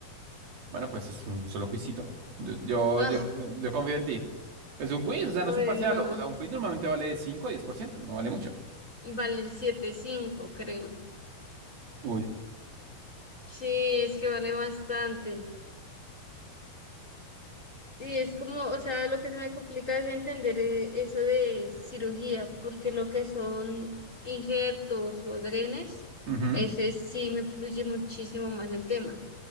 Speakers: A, on the right; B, on the left.
A: Bueno, pues es un solo quizito. Yo,
B: Ah,
A: yo, yo, yo confío en ti. Es un quiz, o sea,
B: ay,
A: no es un parcial.
B: no,
A: O sea, un quiz normalmente vale 5 o diez por ciento no vale mucho.
B: vale siete punto cinco creo.
A: Uy.
B: Sí, es que vale bastante. Sí, es como, o sea, lo que se me complica es entender eh, eso de cirugía, porque lo que son injertos o drenes,
A: Ujú,
B: ese sí me fluye muchísimo más el tema.